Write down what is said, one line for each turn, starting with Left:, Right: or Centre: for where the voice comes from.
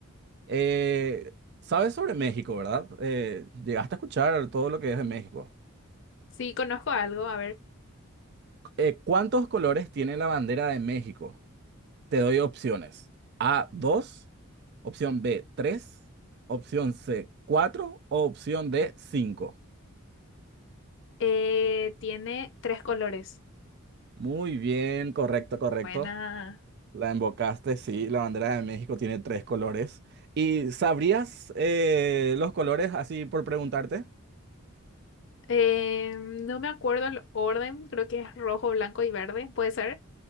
Right: Eh, ¿sabes sobre México, verdad? Eh, llegaste a escuchar todo lo que es de México.
Left: sí, conozco algo, a ver.
Right: Eh, ¿cuántos colores tiene la bandera de México? Te doy opciones. A, dos, opción B, tres, opción C, cuatro o opción D, 5.
Left: Eh, tiene tres colores.
Right: Muy bien, correcto, correcto.
Left: Buena.
Right: La embocaste, sí, la bandera de México tiene tres colores. ¿Y sabrías eh, los colores así por preguntarte?
Left: Eh, no me acuerdo el orden, creo que es rojo, blanco y verde, ¿puede ser?